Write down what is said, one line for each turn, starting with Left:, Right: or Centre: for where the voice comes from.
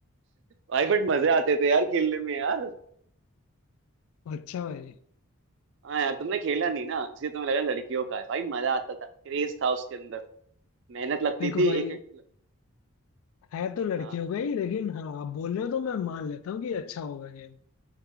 Right: भाई बट मजे आते थे यार खेलने में यार
Left: अच्छा भाई
Right: हाँ यार तुमने खेला नहीं ना इसलिए तुम्हें लगा लड़कियों का है भाई मजा आता था क्रेज था उसके अंदर मेहनत लगती
Left: देखो
Right: थी
Left: भाई
Right: एक एक
Left: है तो लड़कियों
Right: हाँ
Left: का ही लेकिन हाँ आप बोल रहे हो तो मैं मान लेता हूँ कि अच्छा होगा गेम